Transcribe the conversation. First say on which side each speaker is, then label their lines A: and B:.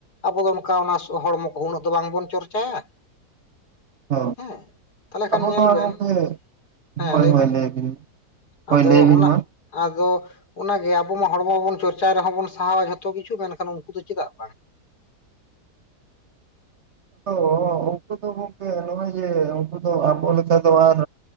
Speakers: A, on the left; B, on the right.
A: ᱟᱵᱚ ᱫᱚ ᱚᱱᱠᱟ ᱚᱱᱟ ᱥᱚᱦᱚᱲᱢᱚ ᱠᱚ, ᱩᱱᱟᱹᱜ ᱫᱚ ᱵᱟᱝᱵᱚᱱ ᱪᱚᱨᱪᱟᱭᱟ᱾
B: ᱦᱚ
A: ᱦᱮᱸ ᱛᱟᱦᱚᱞᱮ ᱠᱷᱟᱱ
B: ᱟᱵᱚ
A: ᱧᱮᱞ
B: ᱛᱚ
A: ᱵᱮᱱ
B: ᱜᱚᱢᱠᱮ
A: ᱦᱮᱸ
B: ᱦᱳᱭ ᱦᱳᱭ
A: ᱵᱮᱱ
B: ᱞᱟᱹᱭ ᱵᱤᱱ᱾ ᱦᱳᱭ
A: ᱟᱫᱚ
B: ᱞᱟᱹᱭ ᱵᱤᱱ
A: ᱚᱱᱟ
B: ᱢᱟ᱾
A: ᱟᱫᱚ ᱚᱱᱟᱜᱮ ᱟᱵᱚ ᱢᱟ ᱦᱚᱲᱢᱚᱵᱚᱱ ᱪᱚᱨᱪᱟ ᱨᱮᱦᱚᱸ, ᱵᱚᱱ ᱥᱟᱦᱟᱣᱟ ᱡᱷᱚᱛᱚ ᱠᱤᱪᱷᱩ ᱢᱮᱱᱠᱷᱟᱱ ᱩᱱᱠᱩ ᱫᱚ ᱪᱮᱫᱟᱜ ᱵᱟᱝ?
B: <unintelligible> ᱩᱱᱠᱩ ᱫᱚ ᱜᱚᱝᱠᱮ ᱱᱚᱜᱼᱚᱭ ᱡᱮ ᱩᱱᱠᱩ ᱫᱚ ᱟᱵᱚ ᱞᱮᱠᱟ ᱫᱚ ᱟᱨ